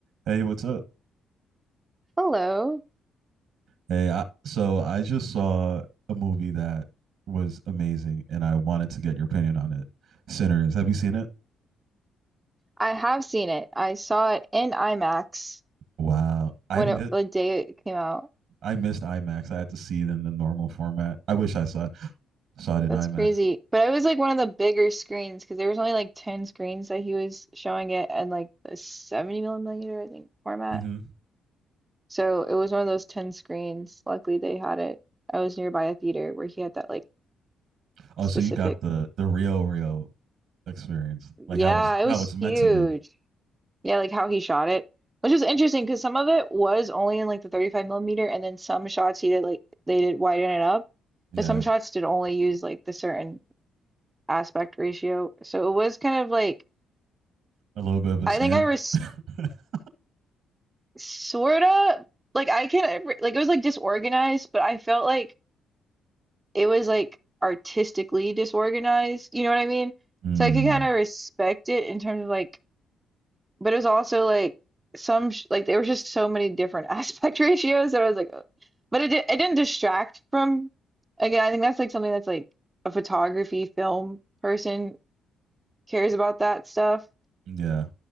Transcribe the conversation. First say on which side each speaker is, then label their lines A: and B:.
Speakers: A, on the right; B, on the right.
A: Hey, what's up?
B: Hello.
A: Hey, I, so I just saw a movie that was amazing, and I wanted to get your opinion on it. Sinners, have you seen it?
B: I have seen it. I saw it in IMAX
A: Wow, I
B: when
A: mi-
B: it the day it came out.
A: I missed IMAX. I had to see it in the normal format. I wish I saw it, saw it in
B: That's
A: IMAX.
B: crazy. But it was like one of the bigger screens because there was only like 10 screens that he was showing it and like the 70 millimeter, I think, format.
A: hmm
B: So it was one of those 10 screens. Luckily they had it. I was nearby a theater where he had that like
A: Oh,
B: specific.
A: so you got the the real real experience, like
B: Yeah,
A: how it's
B: it was
A: how it's meant
B: huge.
A: to be.
B: Yeah, like how he shot it, which was interesting because some of it was only in like the 35 millimeter, and then some shots he did like they did widen it up,
A: Yeah,
B: but some shots did only use like the certain aspect ratio. So it was kind of like
A: a little bit of a scam.
B: I think I was
A: <laughs>
B: sort of like I can like it was like disorganized, but I felt like it was like artistically disorganized. You know what I mean?
A: Mm,
B: So I could kind of respect it in terms of like but it was also like some sh like there was just so many different <laughs> aspect ratios that I was like, "Ugh." but it di- it didn't distract from. Again, I think that's like something that's like a photography film person cares about that stuff.
A: yeah,